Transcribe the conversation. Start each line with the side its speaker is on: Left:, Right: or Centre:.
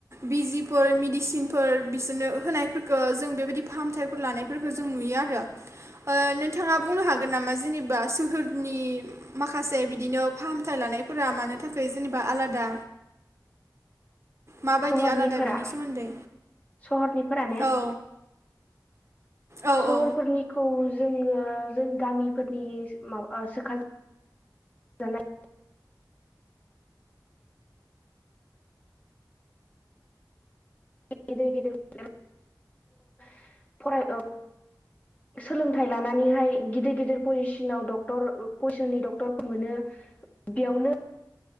Right: बिजिफोर मिडिसिनफोर बिसोरनो होनायफोरखो जों बेबायदि फाहामथाय फोर लानायफोरखो जों नुयो आरो ओ नोंथाङा बुंनो हागोन नामा जेनेबा सोहोरनि माखासे बिदिनो फाहामथाय लानायफोरा मानो थाखाय जेनेबा आलादा माबायदि
Left: सहरनिफोरा
Right: आलादा बिनि सोमोन्दै
Left: सहरनिफोरा ने
Right: औ। औ
Left: सहरफोरनिखौ
Right: औ
Left: जो जोङो जों गामिफोरनि मा ओ सोखा जानाय गिदिर गिदिर <inaudible> फराय ओ सोलोंथाइ लानानैहाय गिदिर गिदिर पजिसिनाव डक्टर पजिसननि डक्टरखौ मोनो बेयावनो